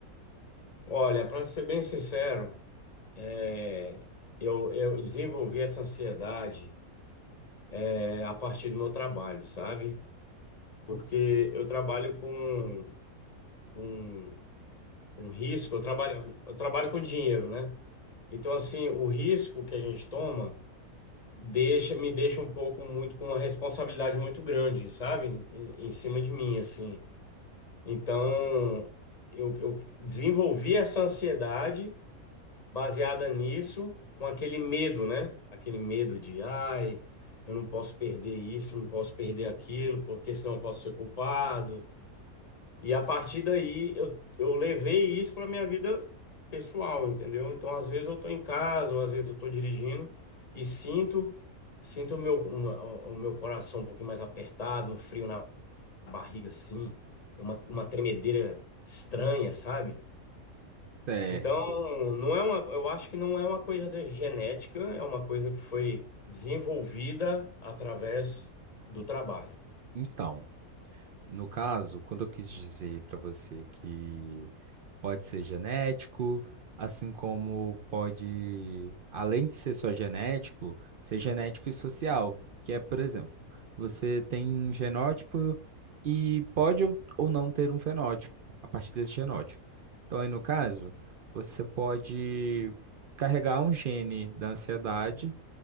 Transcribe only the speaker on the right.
Certo.
Então. No caso, quando eu quis dizer para você que pode ser genético, assim como pode, além de ser só genético, ser genético e social, que é, por exemplo, você tem um genótipo e pode ou ou não ter um fenótipo a partir desse genótipo. Então, aí no caso, você pode carregar um gene da ansiedade